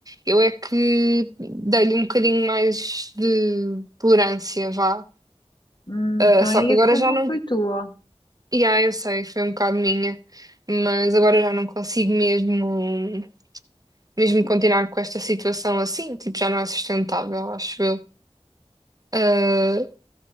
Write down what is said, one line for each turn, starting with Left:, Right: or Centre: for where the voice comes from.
Right: Eu é que dei-lhe um bocadinho mais de tolerância, vá.
Left: Hum,
Right: Ah,
Left: então
Right: só
Left: aí
Right: que
Left: a
Right: agora
Left: culpa
Right: já não...
Left: foi tua.
Right: E ah, eu sei, foi um bocado minha, mas agora já não consigo mesmo. mesmo continuar com esta situação assim, tipo, já não é sustentável, acho eu. Ah,